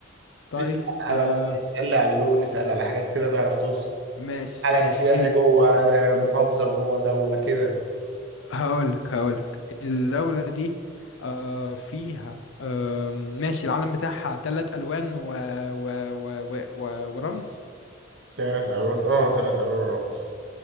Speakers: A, on the left; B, on the right.
A: طيب
B: اسأل على
A: آه
B: العلم اسأل على اللون اسأل على حاجات كده تعرف توصل
A: ماشي
B: علم
A: ماشي
B: سياحي جوه محافظة جوه دولة كده
A: هقولك هقولك الدولة دي آه فيها آه ماشي العلم بتاعها تلات ألوان و... و... و... و... و... ورمز
B: تلات ألوان اه تلات ألوان رمز